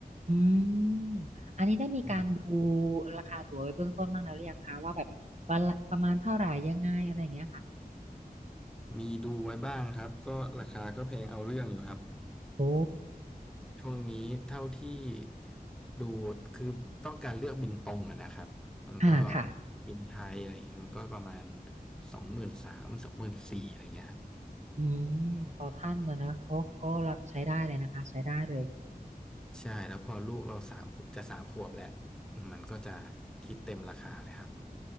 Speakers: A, on the right; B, in the centre.
A: อืม อันนี้ได้มีการดู
B: อืม
A: ราคาตั๋วไว้เบื้องต้นบ้างแล้วหรือยังคะว่าแบบวันละประมาณเท่าไหร่ยังไงอะไรอย่างเงี้ยค่ะ
B: มีดูไว้บ้างครับก็ราคาก็แพงเอาเรื่องอยู่ครับ
A: โอ้
B: ช่วงนี้เท่าที่ดูคือต้องการเลือกบินตรงอะนะครับมันก็
A: อ่าค่ะ
B: บินไทยอะไรเงี้ยมันก็ประมาณสองหมื่นสามสองหมื่นสี่อะไรเงี้ยครับ
A: อืมต่อท่านนะนะโอ้ก็ใช้ได้เลยนะคะใช้ได้เลย
B: ใช่แล้วพอลูกเราสามจะสามขวบแล้วมันก็จะคิดเต็มราคาเลยครับ